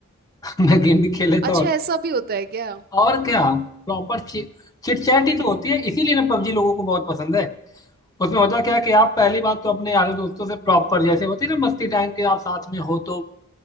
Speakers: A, on the left; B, on the right.
A: <laughs> मैं गेम भी खेल लेता
B: अच्छा
A: और,
B: ऐसा भी होता है क्या
A: और क्या प्रॉपर चिट चैट ही तो होती है इसीलिए ना पबजी लोगों को बहुत पसंद है उसमें होता क्या है कि आप पहली बात तो अपने यारों दोस्तों से प्रॉपर जैसे होती है ना मस्ती टाइम के आप साथ में हो तो